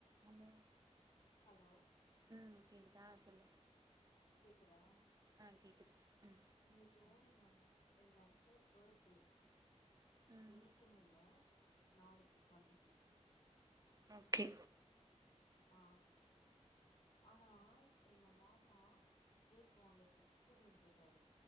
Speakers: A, on the right (about 30°); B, on the left (about 55°).
A: Hello
B: hello
A: ம் கேக்குதா சொல்லு
B: கேக்குதா
A: அ கேக்குது அ
B: இன்னிக்கு வேற எங்க அம் எங்க அத்த பர்டே
A: ம்
B: இன்னிக்கினில்ல நாளைக்கு டொவெண்டி சிக்ஸ்
A: ஓகே
B: ஆ ஆனா எங்க மாமா கேக் வாங்கறதுக்கு கூட்டினு போயிட்டாரு